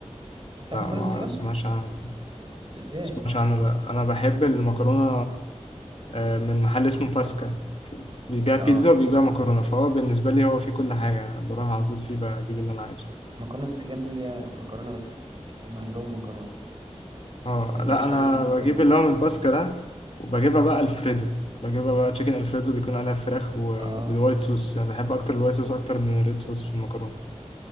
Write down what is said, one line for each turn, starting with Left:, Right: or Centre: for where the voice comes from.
Right: مش عارف
Left: لا
Right: مكرونه
Left: ما
Right: انسجام
Left: اسمعش عن ما
Right: ازاي
Left: اسمعش عنه لا انا بحب المكرونه آه، من محل اسمه باسكا بيبيع بيتزا
Right: اه
Left: وبيبيع مكرونه فهو بالنسبه لي هو فيه كل حاجه انا بروح على طول فيه بجيب اللي انا عايزه
Right: مكرونه انسجام دي هي مكرونه بس هم عندهم مكرونه
Left: اه
Right: ما بيعملوش
Left: لا
Right: حاجه
Left: انا
Right: غير مكرونه
Left: بجيب اللي هو من باسكا ده وبجيبها بقى الفريدو بجيبها بقى تشيكن الفريدو بيكون عليها فراخ وبالوايت
Right: اه
Left: صوص يعني بحب اكتر الوايت صوص اكتر من الريد صوص في المكرونه